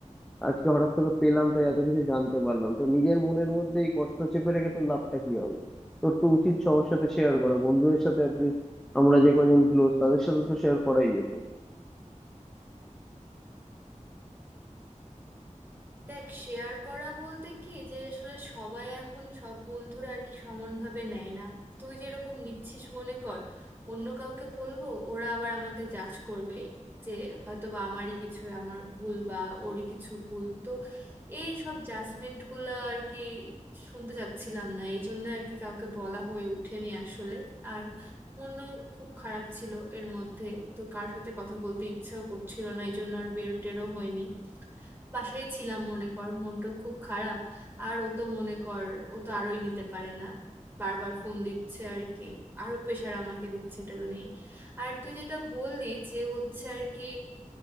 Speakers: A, in the centre; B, on the right.
A: আজকে হঠাৎ তোকে পেলাম তাই এত কিছু জানতে পারলাম তো নিজের মনের মধ্যে এই কষ্ট চেপে রেখে তোর লাভটা কি হবে তোর তো উচিত সবার সাথে শেয়ার করা বন্ধুদের সাথে অ্যাটলিস্ট আমরা যে কজন ক্লোজ তাদের সাথে তো শেয়ার করাই যেত
B: দেখ শেয়ার করা বলতে কি যে আসলে সবাই এখন সব বন্ধুরা আর কি সমানভাবে নেয় না তুই যেরকম নিচ্ছিস মনে কর অন্য কাউকে বলবো ওরা আবার আমাকে জাজ করবে যে হয়তো বা আমারই কিছু আমার ভুল বা ওরই কিছু ভুল তো এই সব জাজমেন্ট গুলা আর কি শুনতে চাচ্ছিলাম না এই জন্য আর কি কাউকে বলা হয়ে ওঠেনি আসলে আর মনও খুব খারাপ ছিল এর মধ্যে তো কার সাথে কথা বলতে ইচ্ছাও করছিল না এই জন্য আর বের টেরও হয়নি বাসায় ছিলাম মনে কর মনটা খুব খারাপ আর ও তো মনে কর ও তো আরোই নিতে পারে না বারবার ফোন দিচ্ছে আর কি আরো প্রেশার আমাকে দিচ্ছে এটা নিয়ে আর তুই যেটা বললি যে হচ্ছে আর কি